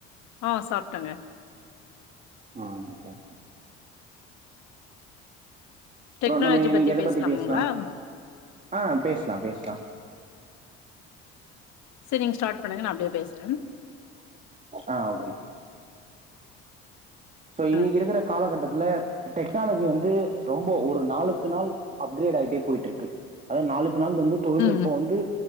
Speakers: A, on the left; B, on the right.
A: ஆஹ் சாப்டங்க
B: ஆஹ ஓகே ஓகே அப்பறம்
A: டெக்னாலஜி
B: நம்ம இன்னைக்கி எத
A: பேசலாமுங்களா
B: பத்தி பேசலாம் ஆஹ் பேசலாம் பேசலாம்
A: செரி நீங்க ஸ்டார்ட் பண்ணுங்க நான அப்டியே பேசுரன்
B: ஆஹ் ஓகே சோ இன்னைக்கு
A: ம் ம்
B: இருக்கிற காலகட்டத் டெக்னாலஜி வந்து ரொம்ப ஒரு நாளுக்கு நாள் அப்கிரேட் ஆகிட்டே போயிட்டு இருக்கு அதாவ நாளுக்கு நாள் வந்து தொழில்நுட்பம்
A: ம்
B: வந்து